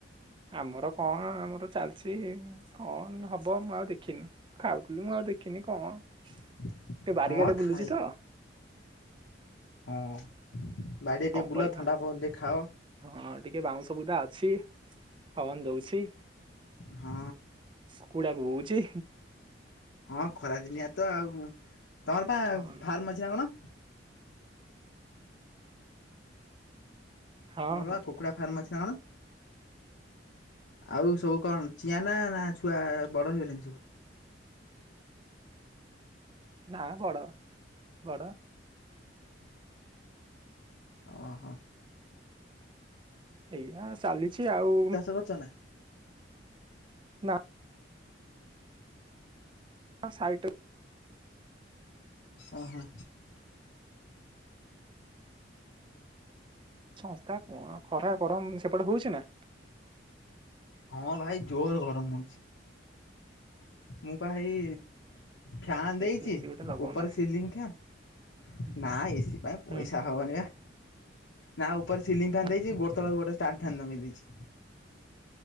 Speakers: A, on the right (about 25°); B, on the left (about 85°).
A: ଆମର କଣ ଆମର ଚାଲିଛି କଣ ହବ ମୁଁ ଆଉ ଦେଖିନି ଖାଉଥିଲି, ମୁଁ ଆଉ ଦେଖିନି କଣ
B: <inaudible>
A: ଟିକେ ବାରିଆଡେ ବୁଲୁଚି
B: ଖାଇ
A: ତ।
B: ହଁ ବାଡ଼ିଆଡେ ଟିକେ
A: କଣ
B: ବୁଲ,
A: କରିବା।
B: ଥଣ୍ଡା ପବନ ଟିକେ ଖାଅ।
A: ହଁ ଟିକେ ବାଉଁଶବୁଦା ଅଛି, ପବନ ଦଉଛି।
B: ହଁ।
A: କୁକୁଡା ବୋବଉଛି?
B: ହଁ ଖରା ଦିନିଆ ତ ଆଉ, ତମର ପା
A: ହଁ
B: ଫାର୍ମ ଅଛି ନା କଣ?
A: ହଁ
B: ତୁମର
A: ହଁ
B: ବା କୁକୁଡ଼ା ଫାର୍ମ ଅଛି ନା କଣ? ଆଉ ସବୁ କଣ, ଚିଆଁ ନା ନା ଛୁଆ ବଡ ହେଇଗଲେଣି ସବୁ?
A: ନା ବଡ ବଡ।
B: ଓ- ହଁ।
A: ଏଇଆ ଚାଲିଛି ଆଉ
B: କରୁଚ ନା?
A: ନା। ହଁ ସାଇଟ
B: ଓ ହୋ।
A: ସଂସ୍ଥା କଣ, ଖରା ଗରମ ସେପଟେ ହଉଛି ନା?
B: ହଁ ଭାଇ ଜୋରେ ଗରମ ହଉଛି। ମୁଁ ପା ଏଇ ଫ୍ୟାନ୍ ଦେଇଚି,
A: ଏସି ଫେସି ଗୋଟେ ଲଗଉନା।
B: ଉପର ସିଲିଂ ଫ୍ୟାନ୍
A: ହୁଁ
B: ନାଇଁ ଏସି ପାଇଁ ପଇସା
A: ହୁଁ ହୁଁ
B: ହବନି ବା। ନା ଉପରେ ସିଲିଙ୍ଗ ଫ୍ୟାନ୍
A: ହୁଁ
B: ଦେଇଛି, ଗୋଡ଼ ତଳକୁ ଗୋଟେ ଷ୍ଟାଣ୍ଡ ଫ୍ୟାନ୍ ନଗେଇ ଦେଇଛି।